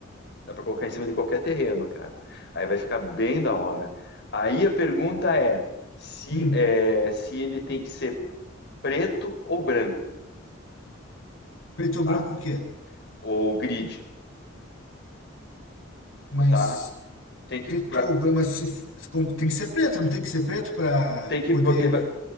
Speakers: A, on the left (about 55°); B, on the left (about 85°).
A: Dá para colocar em cima de qualquer terreno, cara. Aí vai ficar bem da hora. Aí a pergunta é se,
B: Hum,
A: é, se ele tem que ser preto ou branco,
B: preto ou
A: tá?
B: branco o quê?
A: Ou grid,
B: Mas
A: tá? Tem que,
B: preto
A: pra-
B: ou branco, mas se, f- se com- tem que ser preto, não tem que ser preto para
A: tem que,
B: poder.
A: porque vai-